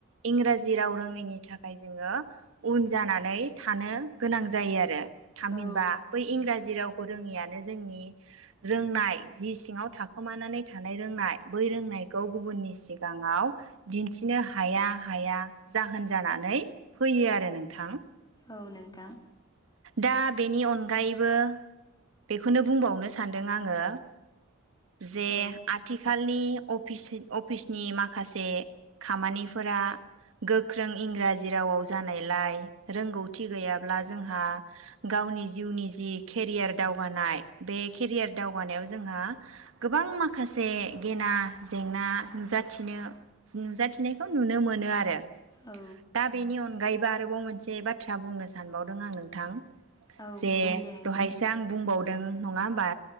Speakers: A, on the right; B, on the left.
A: इंराजि राव रोङैनि थाखाय जोङो उन जानानै थानो गोनां जायो आरो थामहिनबा
B: औ
A: बै इंराजि राव खौ रोङियानो जोंनि रोंनाय जि सिङाव थाखोमानानै थानाय रोंनाय बै रोंनायखौ गुबुननि सिगाङाव दिन्थिनो हाया हाया जाहोन जानानै फैयो आरो नोंथां
B: औ नोंथां
A: दा बेनि अनगायैबो बेखौनो बुंबावनो सानदों आङो जे
B: औ
A: आथिखालनि अफिसिन अफिसनि माखासे खामानिफोरा गोख्रों इंराजि रावाव जानायलाय रोंगौथि गैयाब्ला जोंहा गावनि जिउनि जि केरियार दावगानाय बे केरियार दावगानायाव जोंहा गोबां माखासे गेना जेंना नुजाथिनो नुजाथिनायखौ नुनो मोनो आरो दा
B: औ
A: बेनि अन गायैबो आरोबाव मोनसे बाथ्रा बुंनो सानबाव दों आं नोंथां
B: औ
A: जे
B: बुं दे नोंथां
A: दहायसो आं बुंबाव दों नङा होमबा